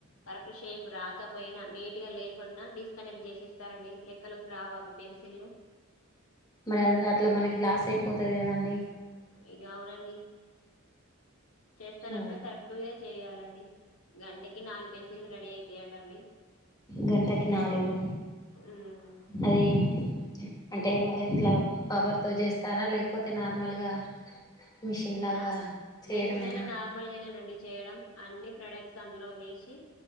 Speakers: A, on the left; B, on the left.
A: కరెక్టు షేప్ప్ రాక పోయినన్ నీట్ గా లేకుంన్నా డిస్కనెక్ట్ చేసేస్తారండి. లెక్కలోకి రావ అవి పెన్సిల్లు
B: మర్యాన్ రా అట్లా మనకి లాస్ అయిపోతది, కదాండి.
A: ఇగే అవునండి. చేస్తానప్పుడే
B: ఓ,
A: కరెక్టు గే చేయాలండి. గంటకి నాలుగు పెన్సిల్ రెడీ అయితేయంటండి.
B: గంటకి నాలగు
A: ఉమ్
B: అదే ప్చ్ అంటే ఇవ ఇట్లావ్ పవర్ తో జేస్తారా, లేకపోతే నార్మల్గా మిషన్ లాగా
A: నార్
B: చేయడమేనా
A: మెషిన్ లనే నార్మల్గానేనండి చేయడం అన్ని ప్రొడక్ట్స్ అందులో ఏసి